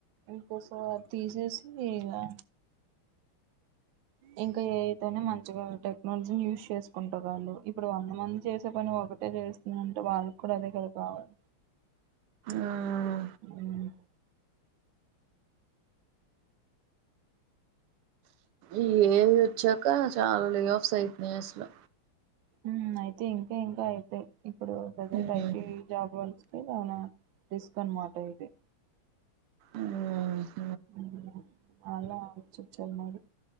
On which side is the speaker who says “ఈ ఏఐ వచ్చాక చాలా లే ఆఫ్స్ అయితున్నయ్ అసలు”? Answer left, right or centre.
Right